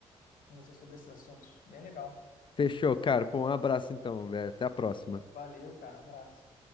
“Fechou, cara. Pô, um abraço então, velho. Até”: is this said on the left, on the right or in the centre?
Left